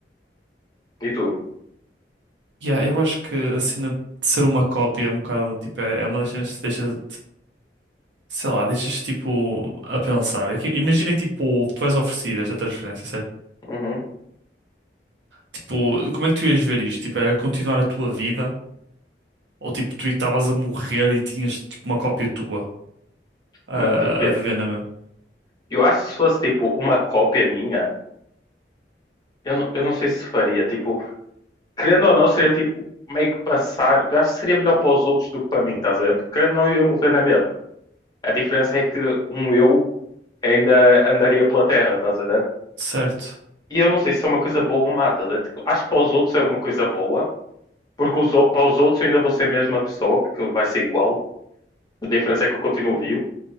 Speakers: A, on the left (about 20°); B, on the right (about 90°).
A: E tu?
B: Yeah, eu acho que a cena de ser uma cópia é um bocado, tipo, é é uma das cenas que deixa, sei lá, deixas, tipo, a pensar. É que, imagina, que, tipo, tu és oferecido esta transferência, certo?
A: Uhum.
B: Tipo, como é que tu ias ver isto? Tipo, era continuar a tua vida? Ou, tipo, tu estavas a morrer e tinhas, tipo, uma cópia tua a,
A: Mano, depende.
B: a viver na mesma?
A: Eu acho que se fosse, tipo, uma cópia minha, eu não, eu não sei se faria. Tipo, querendo ou não, seria tipo meio que passar. Eu acho que seria melhor para os outros do que para mim, estás a ver? Porque querendo ou não, eu ia morrer na mesma. A diferença é que um eu ainda andaria pela terra, estás a ver?
B: Certo.
A: E eu não sei se é uma coisa boa ou má, estás a ver? Tipo, Acho que para os outros é uma coisa boa, porque os, ou- para os outros eu ainda vou ser a mesma pessoa, porque vai ser igual. A diferença é que eu continuo vivo.